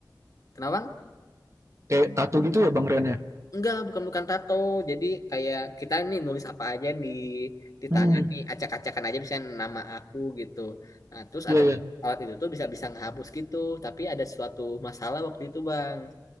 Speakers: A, on the left; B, on the right.
A: Kenapa? Bang?
B: Kayak tato gitu ya Bang Rian ya.
A: Enggak, bukan bukan tato. Jadi kayak kita nih nulis apa aja di di
B: Hmm.
A: tangan nih, acak-acakan aja misalnya nama aku gitu. Nah, terus
B: Iya
A: ada
B: ya.
A: alat itu tuh bisa bisa ngehapus gitu, tapi ada suatu masalah waktu itu, Bang.